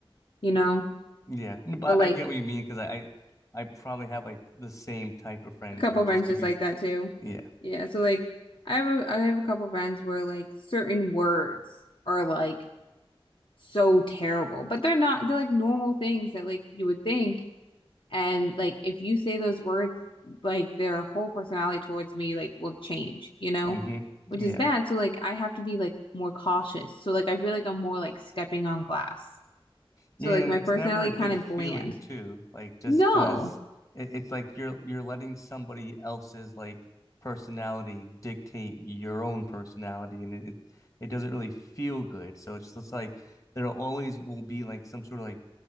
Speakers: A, on the left; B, on the left.
A: you know,
B: yeah n- but
A: but like
B: I get what you mean because I, I I probably have like the same type of friends
A: A couple
B: who are just
A: friends just
B: gonna be
A: like that too.
B: yeah
A: Yeah, so like I have a I have a couple friends where like certain words are like so terrible, but they're not they're like normal things that like you would think and like if you say those words like their whole personality towards me like will change, you know?
B: hmm yeah
A: Which is bad, so like I have to be like more cautious. So like I feel like I'm more like stepping on glass.
B: Yeah,
A: So like
B: and
A: my
B: it's
A: personality
B: never a
A: kind
B: good
A: of
B: feeling
A: bland.
B: too. Like just
A: No.
B: 'cause it, it's like you're you're letting somebody else's like personality dictate your own personality, and it it, it doesn't really feel good. So it's just like there always will be like some sort of like